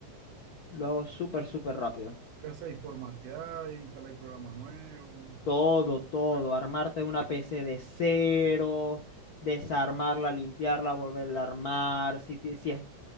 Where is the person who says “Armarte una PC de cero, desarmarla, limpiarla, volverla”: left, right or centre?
Left